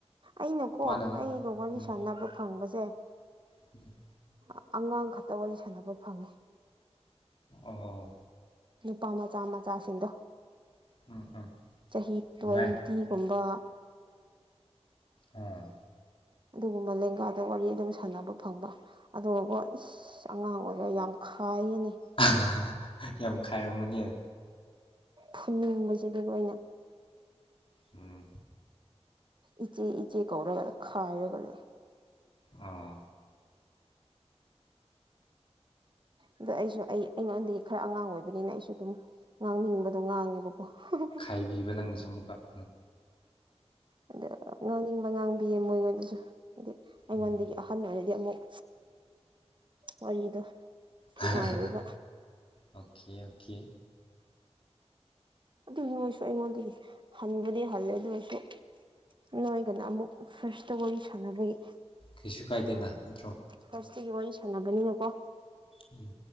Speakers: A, on the right; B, on the left.
A: ꯑꯩꯅꯀꯣ
B: ꯃꯥꯅ
A: ꯑꯩꯒ ꯋꯥꯔꯤ
B: ꯎꯝ
A: ꯁꯥꯟꯅꯕ ꯐꯪꯕꯖꯦ
B: <inaudible>
A: ꯑꯥ ꯑꯉꯥꯡ ꯈꯛꯇ ꯋꯥꯔꯤ ꯁꯥꯟꯅꯕ ꯐꯪꯉꯦ
B: ꯑꯣ
A: ꯅꯨꯄꯥ ꯃꯆꯥ ꯃꯆꯥꯁꯤꯡꯗꯣ
B: ꯎꯝ ꯎꯝ
A: ꯆꯍꯤ ꯇ꯭ꯋꯦꯟꯇꯤꯒꯨꯝꯕ
B: ꯉꯥꯏ ꯑꯝ
A: ꯑꯗꯨꯒꯨꯝꯕ ꯂꯦꯡꯒꯥꯗ ꯋꯥꯔꯤ ꯑꯗꯨꯝ ꯁꯥꯟꯅꯕ ꯐꯪꯕ ꯑꯗꯨꯒꯀꯣ ꯏꯁ ꯑꯁ ꯑꯉꯥꯡ ꯑꯣꯏꯔ ꯌꯥꯝ ꯈꯥꯏꯌꯦꯅꯦ
B: ꯍꯥ ꯍꯥ ꯍꯥ ꯌꯥꯝ ꯈꯥꯏꯔꯝꯒꯥꯅꯤꯌꯦ
A: ꯐꯨꯅꯤꯡꯕꯁꯤꯗꯤꯀꯣ ꯑꯩꯅ
B: ꯎꯝ
A: ꯏꯆꯦ ꯏꯆꯦ ꯀꯧꯔꯒ ꯈꯥꯏꯔꯒ ꯂꯩꯌꯦ
B: ꯑꯥ
A: ꯑꯗꯣ ꯑꯩꯁꯨ ꯑꯩ ꯑꯩꯉꯣꯟꯗ ꯈꯔ ꯑꯉꯥꯡ ꯑꯣꯏꯕꯅꯤꯅ ꯑꯩꯁꯨ ꯑꯗꯨꯝ ꯉꯥꯡꯅꯤꯡꯕꯗꯣ ꯉꯥꯡꯉꯦꯕꯀꯣ ꯍꯥ ꯍꯥ ꯍꯥ
B: ꯆꯩꯕꯤꯕ ꯅꯪꯅꯁꯨ ꯑꯃꯨꯛꯀ <inaudible>
A: ꯑꯗ ꯉꯥꯡꯅꯤꯡꯕ ꯉꯥꯡꯕꯤꯌꯦ ꯃꯣꯏꯉꯣꯟꯗꯁꯨ ꯍꯥꯏꯗꯤ ꯑꯩꯉꯣꯟꯗꯒꯤ
B: ꯎꯝ
A: ꯑꯍꯟ ꯑꯣꯏꯔꯗꯤ ꯑꯃꯨꯛ ꯋꯥꯔꯤꯗꯣ
B: ꯍꯥ
A: ꯅꯨꯡꯉꯥꯏꯔꯣꯏꯕ
B: ꯍꯥ ꯍꯥ ꯑꯣꯀꯦ ꯑꯣꯀꯦ
A: ꯑꯗꯨ ꯃꯣꯏꯁꯨ ꯑꯩꯉꯣꯟꯗꯒꯤ ꯍꯟꯕꯨꯗꯤ ꯍꯜꯂꯦ ꯑꯗꯨꯑꯣꯏꯁꯨ ꯅꯣꯏꯒꯅ ꯑꯃꯨꯛ ꯐꯥ꯭ꯔꯁꯇ ꯋꯥꯔꯤ ꯁꯥꯟꯅꯕꯒꯤ
B: ꯀꯩꯁꯨ ꯀꯥꯏꯗꯦꯅ ꯅꯠꯇ꯭ꯔꯣ
A: ꯈ꯭ꯋꯥꯁꯇꯒꯤ ꯋꯥꯔꯤ ꯁꯥꯟꯅꯕꯅꯤꯅꯀꯣ
B: ꯎꯝ